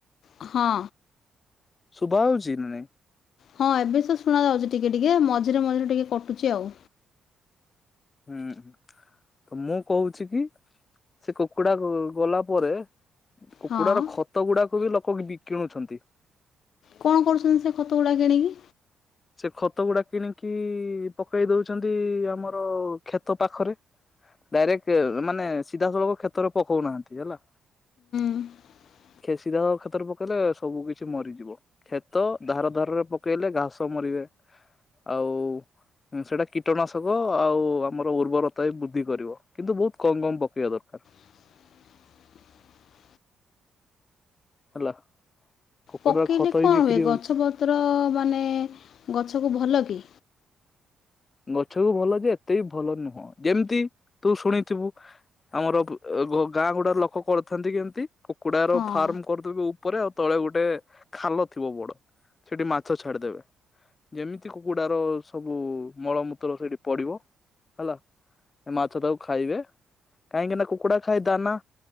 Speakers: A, on the left (about 60°); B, on the left (about 35°).
A: ହଁ।
B: ଶୁଭା ଯାଉଛି ନା ନାହିଁ?
A: ହଁ, ଏବେ ସବୁ ଶୁଣା ଯାଉଛି ଟିକେ ଟିକେ ମଝିରେ ମଝିରେ ଟିକେ କଟୁଛି ଆଉ।
B: ହୁଁ ତ ମୁଁ କହୁଛି କି ସେ କୁକୁଡା ଗ ଗଲା ପରେ କୁକୁଡାର
A: ହଁ
B: ଖତ ଗୁଡାକୁ ବି ଲୋକ କିଣୁଛନ୍ତି।
A: କଣ କରୁଛନ୍ତି ସେ ଖତ ଗୁଡ଼ା କିଣିକି।
B: ସେ ଖତ ଗୁଡା କିଣିକି ପକେଇ ଦଉଛନ୍ତି ଆମର କ୍ଷେତ ପାଖରେ। ଡାଇରେକ୍ଟ ମାନେ ସିଧାସଳଖ କ୍ଷେତରେ ପକଉନାହାନ୍ତି ହେଲା।
A: ହୁଁ।
B: ଖେସି କ୍ଷେତରେ ପକେଇଲେ ସବୁ କିଛି ମରିଯିବ କ୍ଷେତ ଧାର ଧାରରେ ପକେଇଲେ ଘାସ। ମରିବେ ଆଉ। ସେଇଟା କୀଟନାଶକ ଆଉ ଆମର ଉର୍ବରତା ବୃଦ୍ଧି କରିବ କିନ୍ତୁ ବହୁତ କମ କମ ପକେଇବା ଦରକାର।
A: <inaudible>
B: ହେଲା। କୁକୁଡାର
A: ପକେଇଲେ
B: ଖତ
A: କଣ
B: ବି ବିକ୍ରି
A: ହୁଏ
B: ହଉଛି
A: ଗଛ ପତ୍ର ମାନେ ଗଛ କୁ ଭଲ କି।
B: ଗଛକୁ ଭଲ ଯେ ଏତେ ଭଲ ନୁହଁ ଯେମିତି ତୁ ଶୁଣିଥିବୁ। ଆମର ଗାଁ ଗୁଡା ଲୋକ କରିଥାନ୍ତି କେମିତି କୁକୁଡାର
A: ହଁ
B: ଫାର୍ମ କରିିଥିବେ ଉପରେ ଆଉ ତଳେ। ଗୋଟେ ଖାଲ ଥିବ ବଡ ସେଠି ମାଛ ଛାଡିଦେବେ। ଯେମିତି କୁକୁଡାର ସବୁ ମଳମୂତ୍ର ସେଇଠି ପଡିବ ହେଲା। ଏ ମାଛ ତାକୁ ଖାଇବେ। କାହିଁକିନା କୁକୁଡା ଖାାଇ ଦାନା